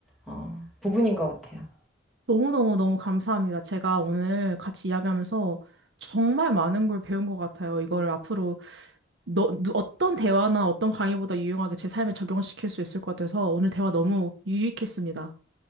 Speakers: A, in the centre; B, on the right.
A: 어, 부분인 것 같아요.
B: 너무너무너무 감사합니다. 제가 오늘 같이 이야기하면서 정말 많은 걸 배운 것 같아요. 이거를 앞으로 너, 누- 어떤 대화나 어떤 강의보다 유용하게 제 삶에 적용시킬 수 있을 것 같아서 오늘 대화 너무 유익했습니다.